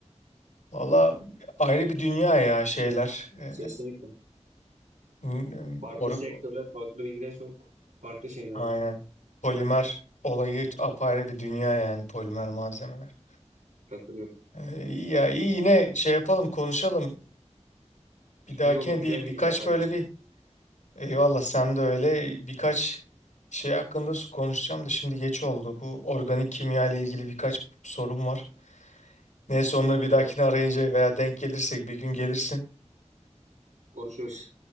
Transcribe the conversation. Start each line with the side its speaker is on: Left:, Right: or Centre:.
Left: Valla ayrı bir dünya ya şeyler. Ee,
Right: Kesinlikle.
Left: m- m-
Right: Farklı
Left: or-
Right: sektörler, farklı bilgiler çok farklı şeyler
Left: aynen.
Right: var.
Left: Polimer olayı apayrı bir dünya yani polimer malzemeler.
Right: Katılıyorum.
Left: Ee, iyi ya iyi yine şey yapalım konuşalım.
Right: İyi
Left: Bir dahakine
Right: olur, güzel
Left: bir
Right: bilgiler
Left: birkaç
Right: paylaştın.
Left: böyle bir eyvallah sen de öyle birkaç şey hakkında konuşacağım da şimdi geç oldu. Bu organik kimya ile ilgili birkaç sorum var. Neyse onları bir
Right: Olur.
Left: dahakine arayınca veya denk gelirsek bir gün gelirsin.
Right: Konuşuruz.